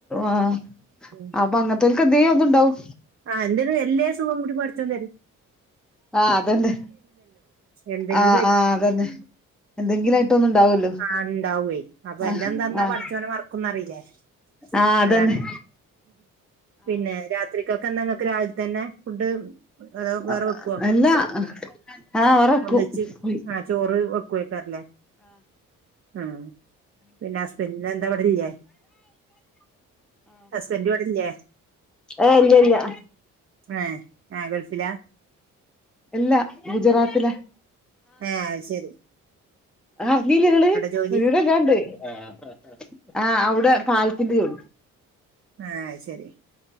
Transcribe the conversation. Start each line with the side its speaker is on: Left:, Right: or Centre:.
Centre: ആഹ്
Right: ഉം
Centre: അപ്പൊ അങ്ങൻത്തോര്ക്ക് ദേയം ഒന്ന് ണ്ടാവും
Right: ആ എന്തെരു എല്ലേ സുഖഗൂടി പടച്ചോൻ തെ
Centre: ആഹ് അതന്നെ
Right: എന്തെങ്കിലും
Centre: ആ
Right: ആയിട്ട്
Centre: ആ അതെന്നെ. എന്തെങ്കിലുയിട്ടൊന്ന്ണ്ടാവല്ലോ
Right: ആ ഉണ്ടാവേ അപ്പൊ
Centre: ആഹ്
Right: എല്ലാം തന്നാ
Centre: ആഹ്
Right: പടച്ചോനെ മറക്കുന്നറിയില്ലേ
Centre: ആ അതന്നെഹ്.
Right: അതാണ് പിന്നെ രാത്രിക്കൊക്കെഎന്തേ രാവിൽ തന്നെ ഫുഡ്. അതോ വേറെ
Centre: അ അ
Right: വെക്കുവോ
Centre: അല്ലാ അഹ് ആ വേറക്കു.
Right: ഒന്നിച്ച്
Centre: വി
Right: ആ ചോറ് വെക്കു <unintelligible> ആഹ് പിന്നെ ഹസ്ബെന്റെനെന്താ ഇവിടെല്ല്യ ഹസ്ബന്റ് ഇവിടെല്ല്യ.
Centre: ഏ ഇല്ല്യല്ല്യ.
Right: ഏഹ് ഏ ഗൾഫിലാ?
Centre: എല്ലാ ഗുജറാത്തില
Right: ഏഹ് അയ്ശരി.
Centre: ആർഞ്ഞിലങ്ങള്
Right: ജോലി
Centre: വീടല്ലാംണ്ട്. ആ ഹ ഹ ഹ ഏ അവ്ടെ പാൽത്തിന്റെ ചോട്
Right: ആഹ് ശരി